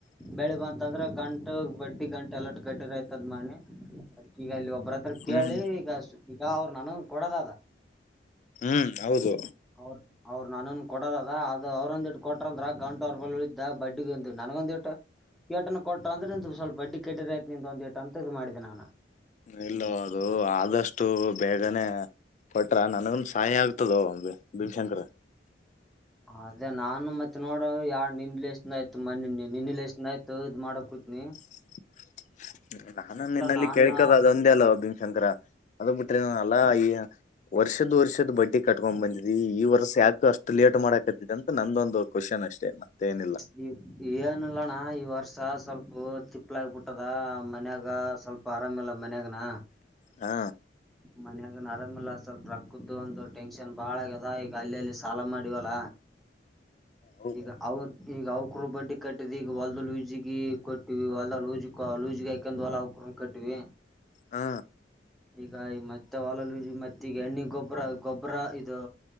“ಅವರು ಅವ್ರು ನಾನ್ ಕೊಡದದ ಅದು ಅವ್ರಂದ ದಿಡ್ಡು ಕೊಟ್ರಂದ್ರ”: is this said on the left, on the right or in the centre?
Centre